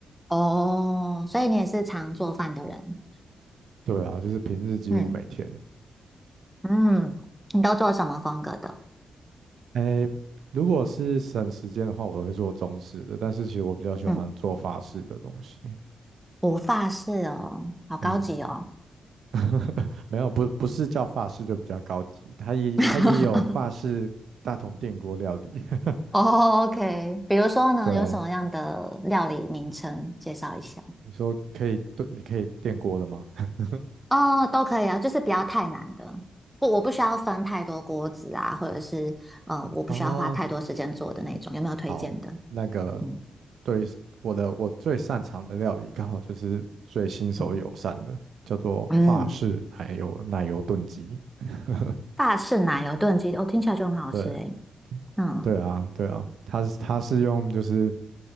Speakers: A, in the centre; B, on the right.
A: 哦，所以你也是常做饭的人，
B: 对啊，就是平日几乎每天。
A: 嗯嗯，你都做什么风格的？
B: 哎，如果是省时间的话，我会做中式的，但是其实我比较喜欢做法式的东西。
A: 嗯，我法式哦，好高级哦。
B: 嗯，<laughs> 没有，不不是叫法式就比较高级，它也它也有法式大桶电锅料理。
A: <laughs>
B: <laughs>
A: 哦，OK，比如说呢，
B: 对，
A: 有什么样的料理名称介绍一下？
B: 你说可以炖，你可以电锅的吗？<laughs>
A: 哦，都可以啊，就是不要太难的，不，我不需要分太多锅子啊，或者是呃，我不需要花太多时间做的那种，
B: 哦，
A: 有没有推荐的？
B: 好，那个
A: 嗯
B: 对我的我最擅长的料理，刚好就是最新手友善的，
A: 嗯
B: 叫做法式奶油奶油炖鸡。
A: 嗯
B: <laughs>
A: 大式奶油炖鸡，哦，听起来就很好吃诶。
B: 对
A: 嗯
B: 对啊对啊，它是它是用就是